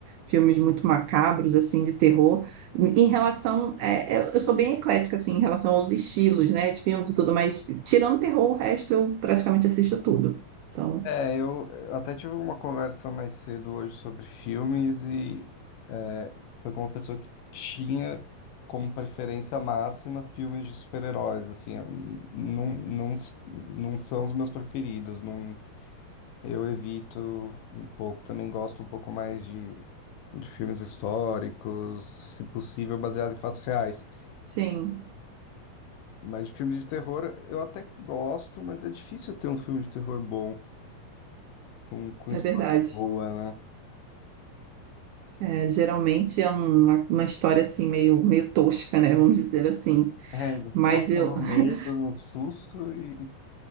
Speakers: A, on the right; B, on the left.
A: filmes muito macabros, assim, de terror. Em relação. é, eu eu sou bem eclética, assim, em relação aos estilos, né, de filmes e tudo, mas tirando terror, o resto eu praticamente assisto tudo. Então,
B: É, eu, eu até tive uma conversa mais cedo hoje sobre filmes e é, foi com uma pessoa que tinha como preferência máxima filmes de super-heróis, assim, eu n- não, não, s- não são os meus preferidos, não, eu evito um pouco, também gosto um pouco mais de, de filmes históricos, se possível baseado em fatos reais,
A: sim,
B: mas de filmes de terror eu até gosto, mas é difícil ter um filme de terror bom. com, com
A: é
B: história
A: verdade.
B: boa, né?
A: É, geralmente é uma, uma história assim meio, meio tosca, né? Vamos dizer assim.
B: É, ele
A: Mas
B: foca
A: eu
B: no
A: <laughs>
B: medo, no susto e